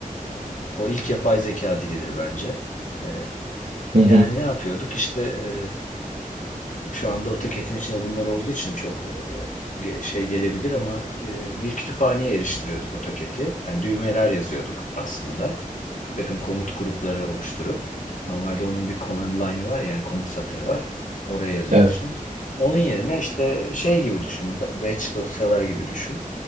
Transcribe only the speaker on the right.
Hı hı.
Evet.